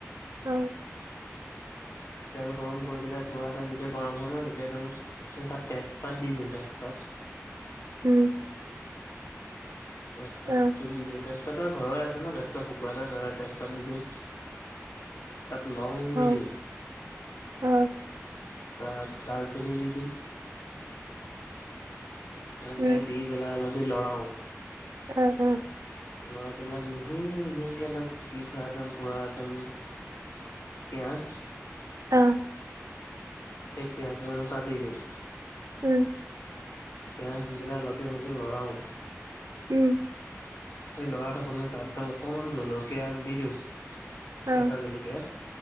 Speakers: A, on the right (about 80°); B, on the left (about 60°).
A: অহ।
B: তেল গৰম কৰি পেলাই পুৰা একদম যেতিয়া গৰম হয় ন' তেতিয়া একদম তা'ত তেজপাত দি দিওঁ তেজপাত।
A: উমঁ।
B: তেজপাতো
A: অ,
B: দি দিওঁ। তেজপাতৰ আমাৰ ঘৰৰৰে আছে ন' তেজপাত শুকুৱা ত' তেজপাত দি দিওঁ। তা'ত লং
A: অ,
B: দি দিওঁ।
A: অ,
B: তা'ত ডালচেনি দি দিওঁ। তেনেকে
A: উম,
B: দি পেলাই অলপ দেৰি লৰাও।
A: উম-উম।
B: লৰাই পেলাই মিহি-মিহিকে একদম কুটি থোৱা একদম পুৰা একদম- পিয়াঁজ
A: অহ'।
B: সেই পিঁয়াজ এডাল তা'ত দি দিওঁ
A: উমঁ।
B: পিয়াজ দি পেলাই অলপ দেৰি এনেকে ল'ৰাও।
A: উমঁ।
B: সেই লৰাই থাকো নে তা'ত একদম অকণমান জলকীয়া দি দিওঁ।
A: অ,
B: কেঁচা জলকীয়া,